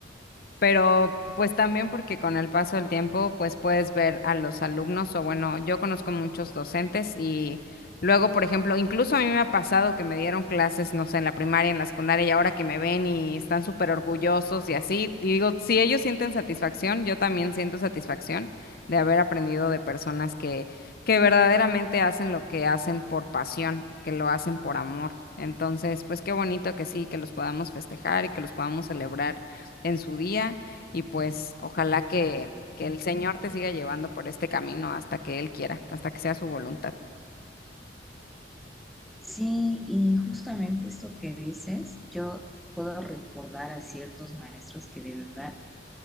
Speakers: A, on the left; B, in the centre.
A: pero pues también porque con el paso del tiempo pues puedes ver a los alumnos o bueno, yo conozco muchos docentes y luego, por ejemplo, incluso a mí me ha pasado que me dieron clases, no sé, en la primaria, en la secundaria y ahora que me ven y están súper orgullosos y así, y digo, si ellos sienten satisfacción, yo también siento satisfacción de haber aprendido de personas que, que verdaderamente hacen lo que hacen por pasión, que lo hacen por amor. Entonces, pues qué bonito que sí, que los podamos festejar y que los podamos celebrar en su día y pues ojalá que, que el Señor te siga llevando por este camino hasta que Él quiera, hasta que sea su voluntad.
B: Sí, y justamente esto que dices, yo puedo recordar a ciertos maestros que de verdad